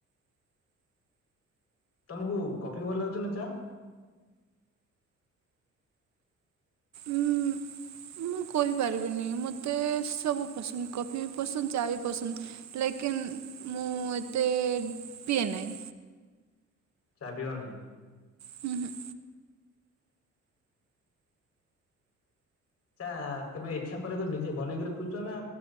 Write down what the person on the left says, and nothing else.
ତମକୁ କଫି ଭଲ ଲାଗୁଛ ନା ଚା।
ଚା ପିଅନି।
ଚା କେବେ ଇଛା କରିକରି ନିଜେ ବନେଇକିରି ପିଉଛ ନା